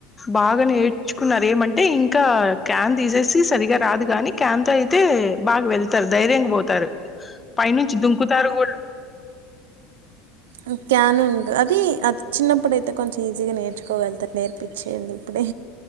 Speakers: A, on the left; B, on the right.
A: బాగా నేర్చుకున్నారు ఏమంటే ఇంకా క్యాన్ దీసేసి సరిగా రాదు గాని క్యాన్ తో అయితే బాగ వెళ్తారు ధైర్యంగ బోతారు పై నుంచి దుంకుతారు గూడా
B: ఆ క్యానుంద అది అద్ చిన్నప్పుడైతే కొంచీజిగా నేర్చుకోగలుగుతారు నేర్పించేయండి ఇప్పుడే